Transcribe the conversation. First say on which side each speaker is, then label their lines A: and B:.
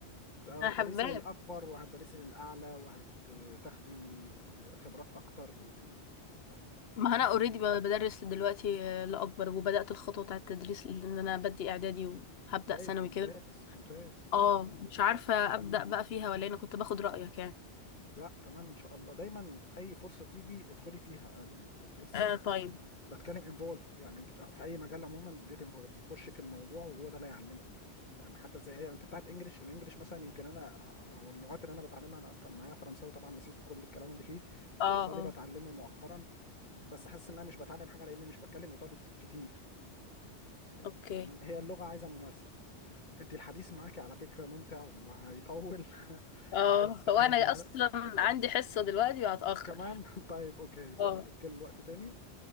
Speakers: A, on the left; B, on the left.
A: هتدرسي
B: انا حباك
A: للأكبر وهتدرسي للأعلى وهتاخدي خبرات أكتر و... و-
B: ما
A: إن
B: انا
A: شاء
B: اوريدي
A: الله
B: بدرس دلوقتي آه، لاكبر وبدات الخطوه بتاعه التدريس لان انا بدي اعدادي وهبدا
A: طيب
B: ثانوي
A: ممتاز
B: كده
A: ممتاز طيب
B: اه مش عارفه
A: طيب
B: ابدا بقى فيها ولا إيه، انا كنت باخد رايك يعني
A: لا تمام ان شاء الله دايما اي فرصه تيجي ادخلي فيها أنا كنت لسه
B: آه
A: ب-
B: طيب
A: بتكلم انفولفد يعني انت في في اي مجال عموما جيت انفولفد تخش في الموضوع وهو ده اللي هيعلمك يعني حتى زي أي... انت بتاعت انجلش الانجليش مثلا يمكن انا او اللغات اللي انا بتعلمها انا كان معايا فرنساوي طبعا نسيت كل الكلام اللي فيه
B: اه
A: وايطالي
B: اه
A: بتعلمه مؤخرا بس حاسس ان انا مش بتعلم حاجه لان مش بتكلم ايطالي كتير يعني
B: اوكي
A: انت فاهمان هي اللغه عايزه ممارسه انت الحديث معاكي على فكرة ممتع وهيطول <laughs>
B: اه
A: بس انا
B: هو انا
A: دلوقتي
B: اصلا عندي حصه دلوقتي وهتاخر
A: كمان <laughs> طيب اوكي بنأجل
B: اه
A: الوقت تاني